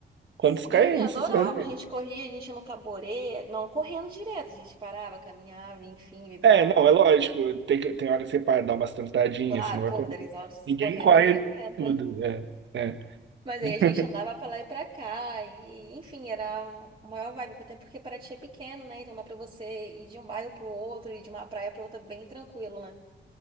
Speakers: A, on the right; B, on the right.
A: quantos
B: sim,
A: km
B: eu adorava.
A: você fazem?
B: A gente corria, a gente ia no caborê, não, correndo direto, a gente parava, caminhava, enfim, bebia
A: É,
B: uma água.
A: não, é lógico. Tem, que- tem hora que você para dar umas tentadinhas,
B: Claro,
A: você não vai
B: porra,
A: correr.
B: 10 horas
A: Ninguém
B: correndo
A: corre
B: ninguém aguenta.
A: tudo. É, é.
B: Mas aí
A: <laughs>
B: a gente andava pra lá e pra cá, e enfim, era a maior vibe, até porque Paraty é pequeno, né? Então dá pra você ir de um bairro pro outro e de uma praia pra outra bem tranquilo, né?